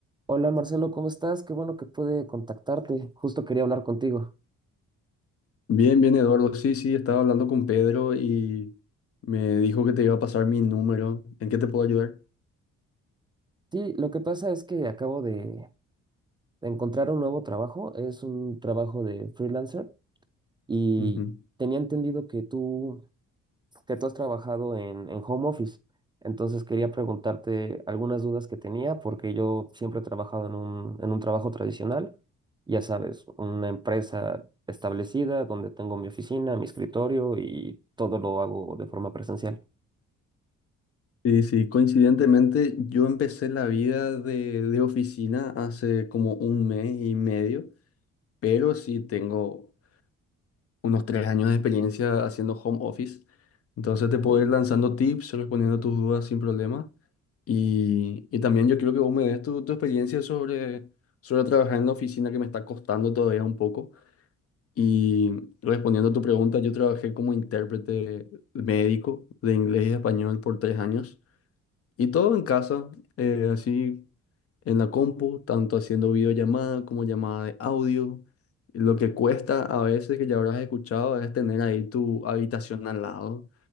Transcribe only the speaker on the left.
Bien, bien, Eduardo. Sí, sí, estaba hablando con Pedro y me dijo que te iba a pasar mi número. ¿En qué te puedo ayudar?
Ujú.
Sí, sí, coincidentemente yo empecé la vida de, de oficina hace como un mes y medio, pero sí tengo unos tres años de experiencia haciendo home office. Entonces te puedo ir lanzando tips, respondiendo tus dudas sin problema. Y, y también yo quiero que vos me des tu, tu experiencia sobre, sobre trabajar en la oficina que me está costando todavía un poco. Y respondiendo a tu pregunta, yo trabajé como intérprete médico de inglés y español por tres años y todo en casa, eh, así en la compu, tanto haciendo videollamada como llamada de audio. Lo que cuesta a veces, que ya habrás escuchado, es tener ahí tu habitación al lado,